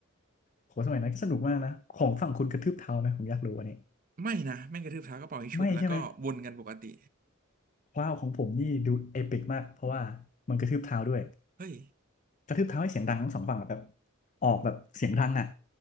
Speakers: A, on the left; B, on the right.
A: โหสมัยนั้นก็สนุกมากนะของฝั่งคุณกระทืบเท้าไหมผมอยากรู้อันนี้
B: ไม่นะแม่งกระทืบเท้าก็เป่ายิงฉุบแล้วก็วนกันปกติ
A: ไม่ใช่ไหมว้าวของผมนี่ดูเอปิกมากเพราะว่ามันกระทืบเท้าด้วย
B: เฮ้ย
A: กระทืบเท้าให้เสียงดังทั้งสองฝั่งอะแบบออกแบบเสียงดังอ่ะ